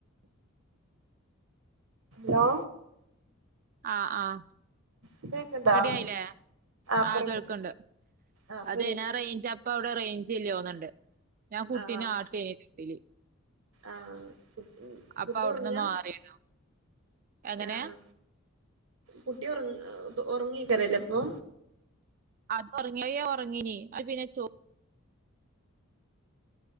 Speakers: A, on the right; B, on the right.
A: ഹലോ.
B: ആഹ് ആഹ്
A: ഇപ്പ കേക്ക്ണ്ടോ
B: റെഡി ആയില്ലേ
A: ഇപ്പൊ
B: ആഹ്
A: റെഡി
B: കേൾക്ക്ണ്ട്.
A: ആഹ് ഇപ്പൊ
B: അതെ
A: റെഡി
B: ഞാ റെയ്ഞ്ച് അപ്പം അവിടെ റേഞ്ച് ഇല്ലോന്ന്ണ്ട് ഞാൻ കുട്ടിനെ
A: ആഹ്
B: ആട്ടെയ്നി <unintelligible>
A: ആഹ് കുട്ടി
B: അപ്പൊ
A: കുട്ടി
B: അവിടുന്ന്
A: ഉറങ്ങാ.
B: മാറിയതാ എങ്ങനെ
A: ആഹ് ഹാ കുട്ടി ഉറ ഉറങ്ങേക്കാരല്ലേ ഇപ്പൊ.
B: അത് ഉറങ്ങിയ ഉറങ്ങീനി അത് പിന്നെ <unintelligible>